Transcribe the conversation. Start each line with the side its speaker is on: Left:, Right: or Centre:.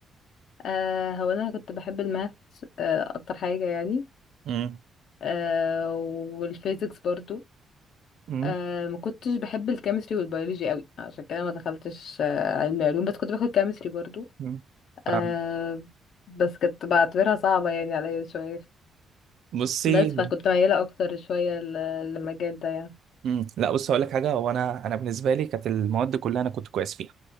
Left: آه هو أنا كنت بحب الماث آه أكتر حاجة يعني
Right: مم.
Left: آه والفيزيكس برضو
Right: مم.
Left: آه ما كنتش بحب الكيمستري والبيولوجي قوي عشان كده ما دخلتش آه علمي علوم بس كنت باخد كيمستري برضو
Right: مم.
Left: آه
Right: فاهم.
Left: بس كنت بعتبرها صعبة يعني عليا شوية
Right: بصي
Left: بس فكنت ميالة اكتر شوية ل- للمجال ده يعني
Right: مم. لا بص هقول لك حاجه هو انا انا بالنسبه لي كانت المواد كلها انا كنت كويس فيها